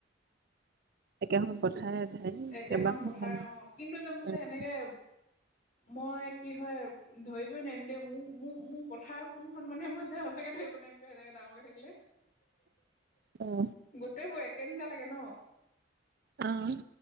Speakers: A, on the right; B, on the left.
A: একেখন পথাৰেই ভাই,
B: একেখন
A: কেইবাখনো
B: পথাৰ
A: হ'ল। উম।
B: অ কিন্তু যে মোৰ যে সেনেকে মই কি হয়? ধৰিবই নোৱাৰিম দেই মোৰ, মোৰ, মোৰ পথাৰখন কোনখন মানে, মই যে সঁচাকৈয়ে ধৰিব নোৱাৰিম। কে, সেনেকে ডাঙৰকে থাকিলে,
A: উম,
B: গোটেইবোৰ একে নিচিনা লাগে ন'?
A: অ'।